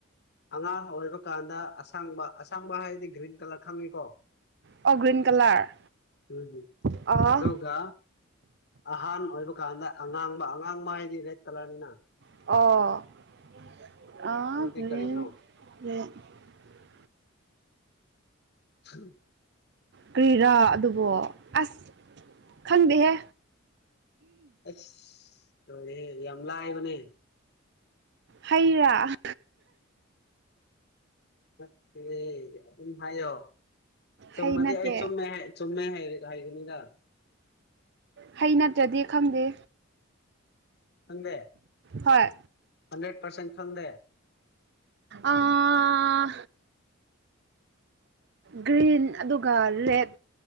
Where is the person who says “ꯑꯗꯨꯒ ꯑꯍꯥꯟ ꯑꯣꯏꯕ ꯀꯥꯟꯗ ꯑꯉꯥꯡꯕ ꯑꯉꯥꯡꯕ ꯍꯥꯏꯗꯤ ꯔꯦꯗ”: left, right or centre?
Left